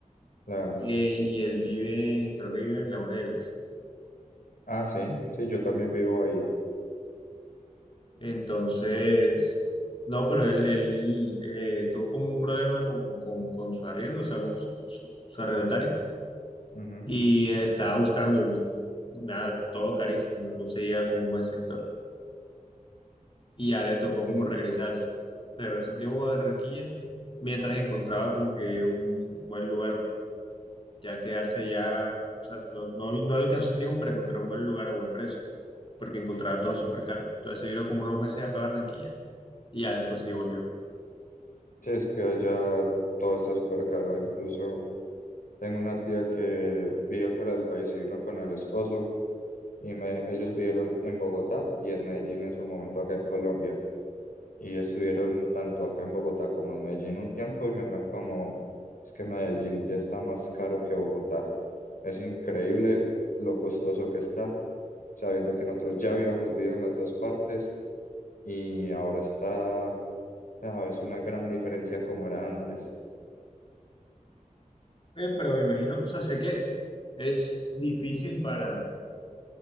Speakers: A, on the left; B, on the left.
A: claro.
B: Eh, y él vive, creo que vive en Laureles.
A: Ah, sí, sí, yo también vivo ahí.
B: Entonces, no, pero él, él, eh, tuvo como un problema con, con, con su arriendo, o sea, con su, su, su arrendatario,
A: ujú,
B: y estaba buscando, nada, todo carísimo, no conseguía como un buen sector, y ya le tocó
A: y-
B: como regresarse. Regresó un tiempo a Barranquilla mientras encontraba
A: ujú,
B: como que un buen lugar, porque ya quedarse ya, o sea, no, no, no le alcanzó el tiempo para encontrar un buen lugar a buen precio, porque encontraba todo
A: vale.
B: súper caro. Entonces se vino como unos meses acá a Barranquilla, y ya después sí volvió.
A: Sí, es que ya todo está súper caro, incluso tengo una tía que vive fuera del país y vino con el esposo. y me- ellos vivieron en Bogotá y en Medellín en su momento acá en Colombia. Y estuvieron tanto acá en Bogotá como en Medellín un tiempo y me dijeron como, es que Medellín ya está más caro que Bogotá. Es increíble lo costoso que está, sabiendo que nosotros ya habíamos vivido en las dos partes y ahora está, ah, es una gran diferencia como era antes.
B: Eh, pero me imagino, o sea, sé que es difícil para,